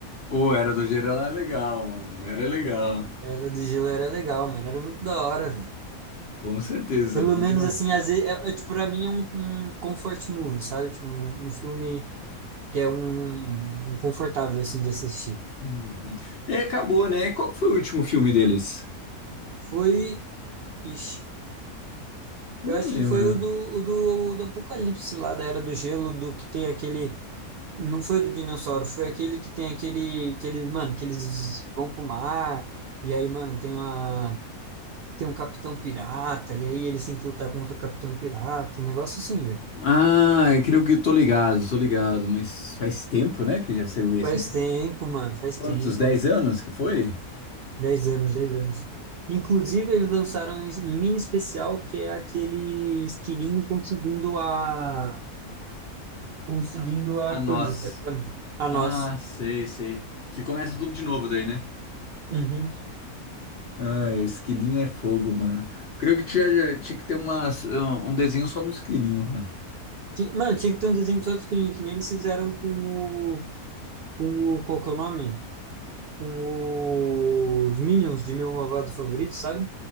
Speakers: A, on the left; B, on the right.
A: O Era do Gelo era legal, mano. Era legal.
B: Era do Gelo, era legal, mano. Era muito da hora, velho.
A: Com certeza,
B: Pelo
A: bom
B: menos,
A: demais.
B: assim, às vezes, é, é, tipo, pra mim é um, um comfort movie, sabe? Tipo, um, um filme que é um, um confortável, assim, de assistir.
A: Uhum. E acabou, né? Qual que foi o último filme deles?
B: Foi. Ixi,
A: Eu
B: eu
A: não
B: acho
A: lembro.
B: que foi o do, o do, do Apocalipse lá, da Era do Gelo, do que tem aquele. Não foi o do dinossauro, foi aquele que tem aquele, aquele, mano, que eles vão pro mar, e aí, mano, tem uma, tem um capitão pirata, e aí eles têm que lutar contra o capitão pirata, um negócio assim, velho.
A: Ah, eu creio que eu tô ligado, tô ligado. Mas faz tempo, né, que já saiu esse.
B: Faz
A: né?
B: tempo, mano, faz
A: Quantos?
B: tempo.
A: 10 anos que foi?
B: dez anos, 10 anos. Inclusive, eles lançaram um mini especial que é aquele esquilinho conseguindo a, conseguindo
A: A,
B: a
A: a nós.
B: coisa, tá ligado? A
A: Ah,
B: nós.
A: sei, sei. Que começa tudo de novo daí, né?
B: Uhum.
A: Ah, esquilinho é fogo, mano. Creio que tinha, tinha que ter umas, um um desenho só do esquilinho, mano.
B: Ti- Mano, tinha que ter um desenho só do esquilinho, que nem eles fizeram com o, com o, qual que é o nome? Os Minions de Meu Malvado Favorito, sabe?